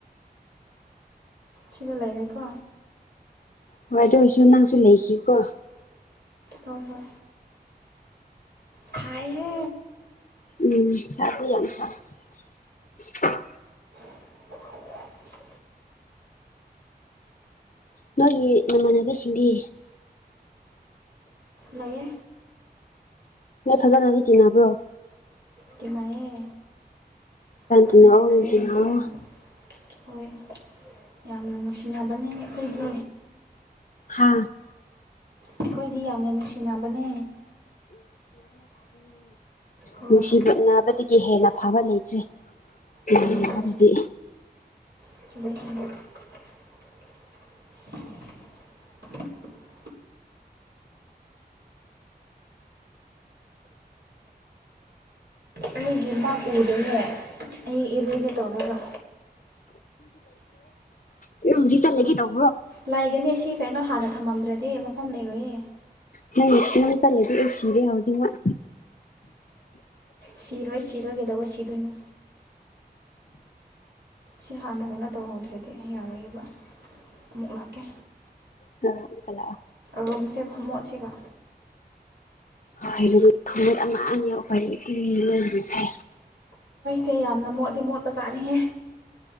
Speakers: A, on the right (about 90°); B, on the left (about 55°).
A: ꯁꯤꯒ ꯂꯩꯔꯦꯀꯣ
B: ꯍꯝ ꯑꯗꯨꯁꯣ ꯅꯪꯁꯨ ꯂꯩꯈꯤꯀꯣ
A: ꯑ ꯍꯣꯏ ꯍꯣꯏ ꯁꯥꯏꯍꯦ
B: ꯎꯝ ꯁꯥꯕꯤ ꯌꯥꯝꯝ ꯁꯥ <unintelligible>
A: <unintelligible>
B: ꯅꯣꯏꯒꯤ ꯃꯃꯥꯟꯅꯕꯁꯤꯡꯗꯤ
A: ꯃꯅꯦ
B: ꯅꯣꯏ ꯐꯖꯅꯒꯤꯇꯤ ꯅꯕ꯭ꯔꯣ
A: ꯀꯃꯑꯌꯦ ꯐꯖꯅ
B: ꯇꯤꯟꯅꯧꯑꯣ
A: ꯇꯤꯟꯅꯩꯌꯦ
B: ꯅꯨꯡꯁꯤꯅꯧꯑꯣ
A: ꯂꯣꯟꯅ ꯍꯣꯏ ꯌꯥꯝꯅ ꯅꯨꯡꯁꯤꯟꯅꯅꯕꯅꯤ ꯑꯩꯈꯣꯏꯗꯤ
B: ꯍꯥ
A: ꯑꯩꯈꯣꯏꯗꯤ ꯌꯥꯝꯅ ꯅꯨꯡꯁꯤꯅꯕꯅꯦ ꯍꯣꯏ
B: ꯅꯨꯡꯁꯤꯕꯤꯅꯕꯗꯒꯤ ꯍꯦꯟꯅ ꯐꯕ ꯂꯩꯇ꯭ꯔꯤ ꯎꯝ
A: ꯆꯨꯝꯃꯦ
B: ꯌꯥꯗꯗꯤ
A: ꯆꯨꯝꯃꯦ <unintelligible> <unintelligible> ꯑꯩꯒꯤ ꯃ ꯎꯗꯣꯏꯅꯦ ꯑꯩ ꯏꯔꯨꯒꯦ ꯇꯧꯔꯒ
B: ꯂꯩꯖꯤ ꯆꯂꯒꯦ ꯇꯧꯕꯥꯅꯦ
A: ꯂꯩꯒꯅꯤ ꯁꯤ ꯀꯩꯅꯣ ꯍꯥꯟꯅ ꯊꯝꯃꯝꯗ꯭ꯔꯗꯤ ꯃꯐꯝ ꯂꯩꯔꯨꯌꯦ
B: ꯅꯪꯠꯇ ꯆꯜꯂꯗꯤ ꯑꯩ ꯁꯤꯔꯦ ꯍꯧꯖꯤꯛꯃꯛ
A: ꯁꯤꯔꯣꯏ ꯁꯤꯔꯣꯏꯒꯗꯧꯕ ꯁꯤꯗꯣꯏꯅꯣ ꯁꯤ ꯍꯥꯟꯅ ꯀꯩꯅꯣ ꯇꯧꯍꯧꯗ꯭ꯔꯗꯤ ꯌꯥꯔꯣꯏꯑꯕ ꯑꯃꯨꯛ ꯂꯥꯛꯀꯦ
B: ꯍꯝ ꯀꯌꯥ
A: ꯔꯨꯝꯁꯦ ꯈꯃꯣꯠꯁꯤꯒ
B: ꯍꯥꯩꯔ ꯈꯒꯠ ꯑꯃ ꯌꯥꯎꯈꯇꯤ ꯂꯩꯁꯦ
A: ꯁꯦ ꯌꯥꯝꯅ ꯃꯣꯠꯂꯤ ꯃꯣꯠꯄ ꯆꯥꯠꯅꯤꯍꯦ